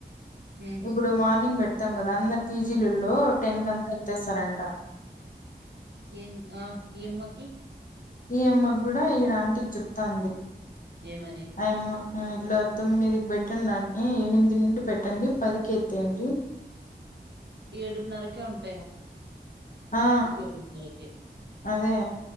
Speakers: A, on the right (about 75°); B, on the left (about 50°).
A: ఉమ్.
B: ఇప్పుడు మార్నింగ్ పెట్ తమ రాగంగనే తీసికెళ్లు ఇప్పుడు టెంత్ అంత వేస్తేస్తారంట
A: ఏన్ ఆ ఎమ్మకి
B: ఏ అమ్మ కూడా ఈడు ఆంటి చెప్తాంది
A: ఏమని
B: ఆయమ్మ ఇలా తొమ్మిది పెట్టండిడి ఎనిమిది నుండి పెట్టండి పదికి ఎత్తేయండి
A: ఏడున్నరకే ఉంటు
B: ఆ
A: ఏడున్నరకే
B: అదే